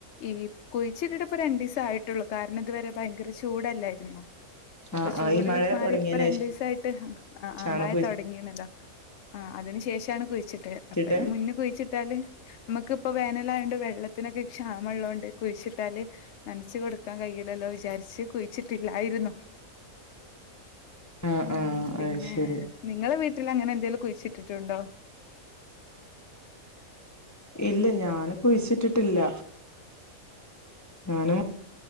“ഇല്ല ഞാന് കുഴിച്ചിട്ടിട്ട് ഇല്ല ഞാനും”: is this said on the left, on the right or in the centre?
Left